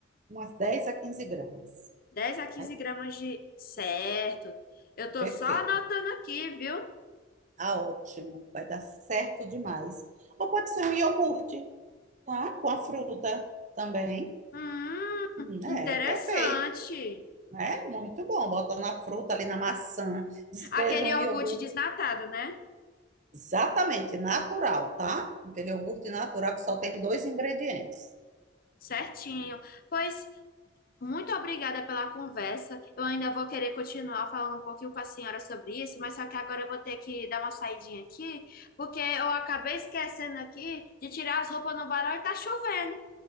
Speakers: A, on the right; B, on the left.
A: umas 10 a quinze gramas.
B: dez a quinze
A: né?
B: gramas de. Certo. Eu tô
A: Perfeito.
B: só anotando aqui, viu?
A: Ah, ótimo. Vai dar certo demais. Ou pode ser um iogurte, tá? Com a fruta também.
B: Hum,
A: Hum,
B: interessante.
A: É, perfeito. É muito bom. Bota na fruta, ali na maçã, despeja
B: Aquele
A: um
B: iogurte
A: iogurte
B: desnatado, né?
A: Exatamente, natural, tá? Aquele iogurte natural que só tem dois ingredientes.
B: Certinho. Pois, muito obrigada pela conversa. Eu ainda vou querer continuar falando um pouquinho com a senhora sobre isso, mas só que agora eu vou ter que dar uma saidinha aqui, porque eu acabei esquecendo aqui de tirar as roupas no varal e tá chovendo.